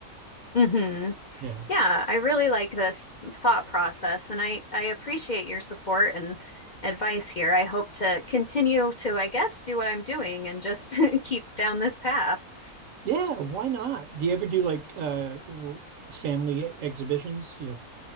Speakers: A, on the left (about 45°); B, on the right (about 65°).
A: hmm
B: Yeah.
A: Yeah, I really like this thought process and I I appreciate your support and advice here. I hope to continue to, I guess, do what I'm doing and just <laughs> keep down this path.
B: Yeah, why not? Do you ever do like uh little family e- exhibitions? You know,